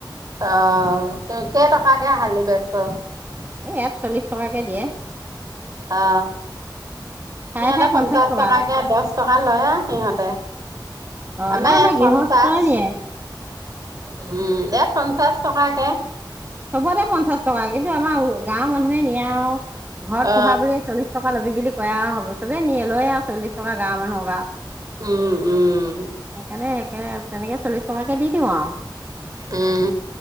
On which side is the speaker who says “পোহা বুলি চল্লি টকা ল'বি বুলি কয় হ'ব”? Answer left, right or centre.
Right